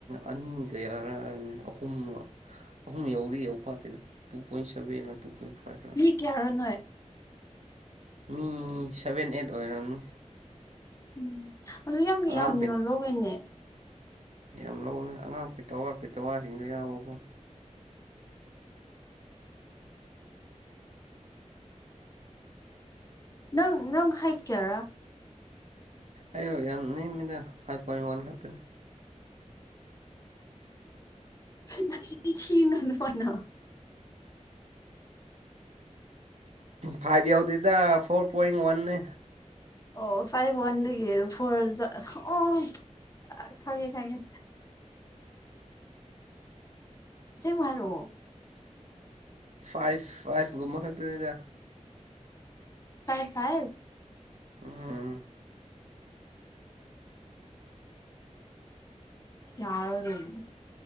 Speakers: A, on the right; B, on the left.
A: ꯑꯅꯤꯒ ꯀꯌꯥꯔ ꯑꯍꯨꯝ ꯑꯍꯨꯝ ꯌꯧꯗꯤ ꯌꯥꯎ ꯐꯥꯇꯦꯗ ꯇꯨ ꯄꯣꯏꯟ ꯁꯚꯦꯒꯂꯥ ꯇꯨ ꯄꯣꯏꯟ ꯐꯥꯏꯚꯔꯥ
B: ꯀꯌꯥꯔ ꯅꯣꯏ
A: ꯃꯤ ꯁꯚꯦꯟ ꯑꯩꯠ ꯑꯣꯏꯔꯝꯅꯤ
B: ꯎꯝ ꯑꯗꯨ ꯌꯥꯝ
A: ꯑꯉꯥꯡ
B: ꯌꯥꯝꯅ
A: ꯄꯦꯠ
B: ꯂꯧꯋꯦꯅꯦ
A: ꯌꯥꯝ ꯂꯧꯕꯅꯦ ꯑꯉꯥꯡ ꯄꯤꯛꯇꯋꯥ ꯄꯤꯊꯋꯥꯁꯤꯡꯁꯨ ꯌꯥꯏꯕꯀꯣ
B: ꯅꯪ ꯅꯪ ꯍꯩꯠ ꯀꯌꯥꯔ
A: ꯑꯌꯣ ꯌꯥꯝ ꯅꯦꯝꯃꯤꯗ ꯐꯥꯏꯚ ꯄꯣꯏꯟ ꯋꯥꯟ ꯈꯥꯛꯛꯇꯅꯦ
B: ꯅꯆꯤꯡ ꯊꯥꯅꯨ ꯑꯗꯨꯃꯥꯏꯅ
A: ꯐꯥꯏꯚ ꯌꯧꯗꯦꯗ ꯐꯣꯔ ꯄꯣꯏꯟ ꯋꯥꯟꯅꯅꯦ
B: ꯑꯣ ꯐꯥꯏꯚ ꯋꯥꯟꯗꯒꯤ ꯐꯣꯔ ꯆꯠ ꯑꯣ ꯑ ꯈꯪꯉꯦ ꯈꯪꯉꯦ ꯁꯦꯡꯕ ꯍꯥꯏꯔꯛꯑꯣ
A: ꯐꯥꯏꯚ ꯐꯥꯏꯚ ꯀꯨꯝꯕ ꯈꯛꯇꯅꯤꯗ
B: ꯈꯥꯏ ꯈꯥꯏ
A: ꯎꯝ
B: ꯌꯥꯔꯔꯣꯏ